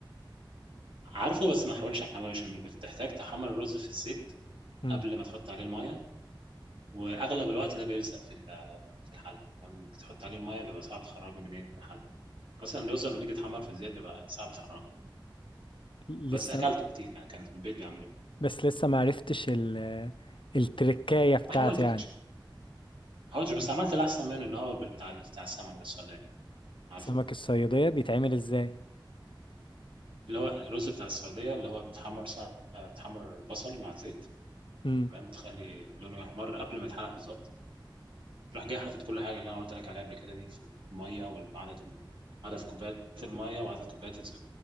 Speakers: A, on the right; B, on the left.
A: عارفه بس ما حاولش عليه عشان بتحتاج تحمر الرز في الزيت
B: مم.
A: قبل ما تحط عليه المية واغلب الوقت ده بيلزق في ال- في الحل لما تحط عليه المية بيبقى صعب تخرجه من إيه؟ من الحل مثلا الرز لما بيجي يتحمر في الزيت بيبقى صعب تخرجه
B: لسه
A: بس اكلته كتير يعني كان في البيت بيعملوه
B: بس لسه ما عرفتش ال... التركاية بتاعته
A: ما حاولتش
B: يعني
A: ما حاولتش بس
B: مم.
A: عملت الاحسن منه اللي هو بتاع بتاع السمك ده السعوديه عارفه
B: سمك الصيادية بيتعمل ازاي
A: اللي هو الرز بتاع السعوديه اللي هو بتحمر سا... بتحمر بصل مع زيت
B: امم
A: تمام وتخلي لونه يحمر قبل ما يتحرق بالظبط راح جاي حاطط كل حاجه اللي انا قلت لك عليها قبل كده دي في الميه وعدد عدد كوبايات الميه وعدد كوبايات